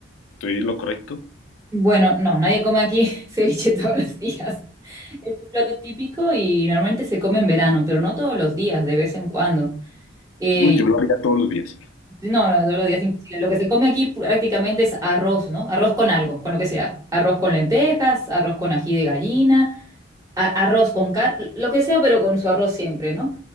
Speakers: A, on the left; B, on the right.
A: ¿Estoy en lo correcto?
B: Bueno, no, nadie come aquí <laughs> ceviche todos los días. <laughs> Es un plato típico y normalmente se come en verano, pero no todos los días, de vez en cuando. Eh,
A: Uy, yo lo haría todos los días. <laughs>
B: Sí, No, no, todos los días imposible. Lo que se come aquí prácticamente es arroz, ¿no? Arroz con algo, con lo que sea. Arroz con lentejas, arroz con ají de gallina, a- arroz con carne, lo que sea, pero con su arroz siempre, ¿no?